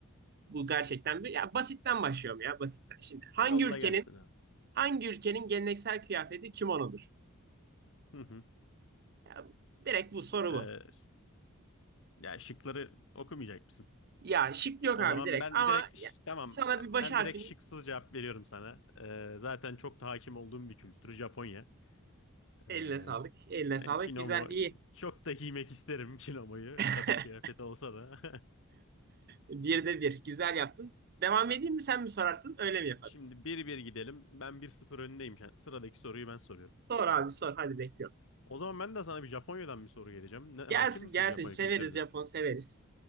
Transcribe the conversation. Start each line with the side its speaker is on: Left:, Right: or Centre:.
Right: bu gerçekten bir ya basitten başlıyorum ya basitten. Şimdi hangi
Left: Yolla
Right: ülkenin
Left: gelsin abi.
Right: Hangi ülkenin geleneksel kıyafeti kimonodur?
Left: Hı hı.
Right: Ya, direkt bu soru
Left: E,
Right: bu.
Left: ya şıkları okumayacak mısın?
Right: Ya şık yok
Left: O
Right: abi
Left: zaman
Right: direkt
Left: ben
Right: ama
Left: direkt
Right: ya,
Left: ş- tamam
Right: sana
Left: ben,
Right: bir baş
Left: ben
Right: harfini
Left: direkt şıksız cevap veriyorum sana. E, zaten çok da hakim olduğum bir kültür Japonya. E,
Right: eline sağlık. Eline
Left: yani
Right: sağlık.
Left: kimono
Right: Güzel iyi.
Left: çok da giymek isterim <laughs> kimonoyu.
Right: <laughs>
Left: Kadın kıyafeti olsa da.
Right: Bir de bir. Güzel yaptın. Devam edeyim mi sen mi sorarsın? Öyle
Left: <laughs>
Right: mi yaparız?
Left: Şimdi bir bir gidelim. Ben bir sıfır öndeyim. Yani sıradaki soruyu ben soruyorum.
Right: Sor abi sor. Hadi bekliyorum.
Left: O zaman ben de sana bir Japonya'dan bir soru geleceğim. Ne, hakim
Right: Gelsin
Left: misin
Right: gelsin.
Left: Japonya
Right: Severiz
Left: kültürüne?
Right: Japon severiz.